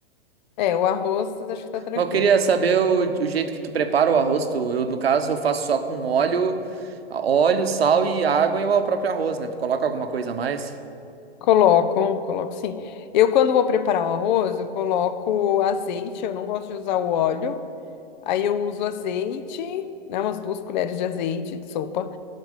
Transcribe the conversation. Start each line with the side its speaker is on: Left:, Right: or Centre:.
Left: É, o arroz, acho que tá tranquilo.
Right: Mas eu queria saber o, o jeito que tu prepara o arroz. Tu, eu, no caso, eu faço só com óleo, óleo, sal e água e o próprio arroz, né? Tu coloca alguma coisa a mais?
Left: Coloco, coloco sim. Eu, quando vou preparar o arroz, eu coloco azeite, eu não gosto de usar o óleo. Aí eu uso azeite, né, umas duas colheres de azeite de sopa.